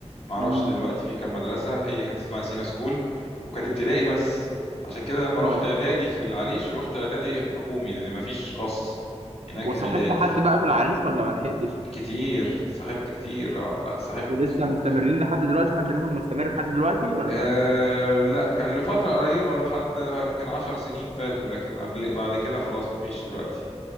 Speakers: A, on the left; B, on the right.
A: معرفش
B: امم
A: دلوقتي في كام مدرسة هي كانت اسمها سينا سكول وكانت ابتدائي بس عشان كده لما رحت
B: اه
A: إعدادي في العريش رحت إعدادي حكومي لأن مفيش خاص هناك
B: وصاحبت
A: إعدادي
B: حد بقى في العريش ولا ما لحقتش؟
A: كتير صاحبت كتير اه لا صاحبت
B: ولسه
A: صاحبت
B: مستمرين لحد دلوقتي حد منهم مستمر لحد دلوقتي ولا؟
A: آه لا كان لفترة قريبة لحد يمكن عشر سنين فاتوا لكن قبل بعد كده خلاص مفيش دلوقتي